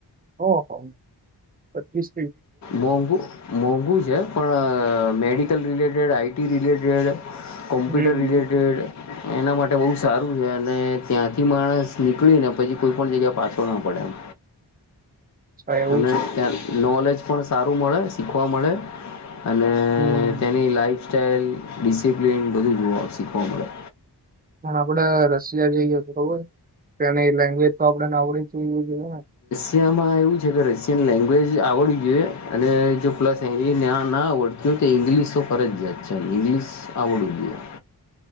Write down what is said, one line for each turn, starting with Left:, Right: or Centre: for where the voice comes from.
Right: ઓહ પચસ
Left: મોગુ મોગુ છે પણ medical related IT related computer
Right: hmm
Left: related એના માટે બહુ સારું છે અને ત્યાંથી માણસ નીકળીને પછી કોઈ પણ જગ્યા પાછો ના પડે એમ
Right: અચ્છા એવું
Left: એમને
Right: છે
Left: નોલેજ પણ સારું મળે શીખવા મળે અને
Right: હમ
Left: તેની લાઈફ સ્ટાઈઇલ ડિસિપ્લિન બધું જોવા શીખવા મળે
Right: પણ આપડે રશિયા જઈ ગયા બરોબર તની લેંગ્વેજ તો આપડેને આવડી જો એ
Left: રશિયામાં એવું છે કે રશિયન લેંગ્વેજ આવડવું જોઈએ અને જો પ્લસ એને્યા ના આવડતી હોય તો ઇંગ્લિશ તો ફરજિયાત છે ઇંગ્લિશ આવડવું જોઈએ